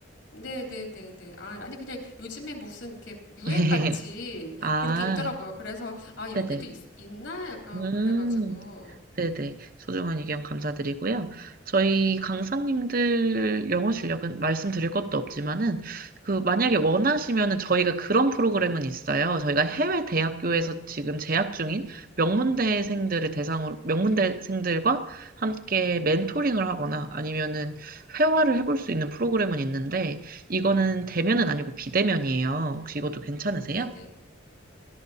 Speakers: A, on the left; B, on the right.
A: 네네네네. 아, 아니, 그냥 요즘에 무슨 이렇게 유행같이
B: <laughs> 아,
A: 그렇게 있더라고요. 그래서, 아, 여기도
B: 네네.
A: 있, 있나? 약간
B: 음.
A: 그래가지고, 네.
B: 네네. 소중한 의견 감사드리고요. 저희
A: 네.
B: 강사님들 영어 실력은 말씀드릴 것도 없지만은, 그, 만약에 원하시면은 저희가 그런 프로그램은 있어요. 저희가 해외 대학교에서 지금 재학 중인 명문대생들을 대상으로, 명문대생들과 함께 멘토링을 하거나 아니면은 회화를 해볼 수 있는 프로그램은 있는데, 이거는 대면은 아니고 비대면이에요. 혹시 이것도 괜찮으세요?
A: 네네.